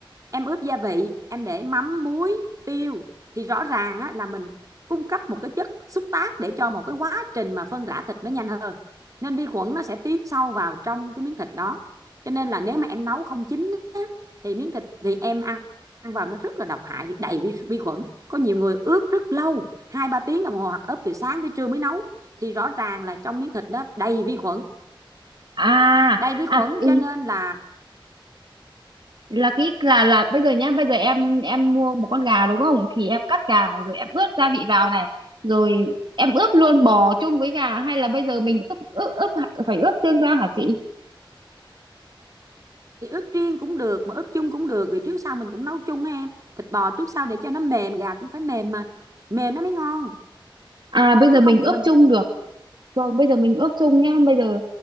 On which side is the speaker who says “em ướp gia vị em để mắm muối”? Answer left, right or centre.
Right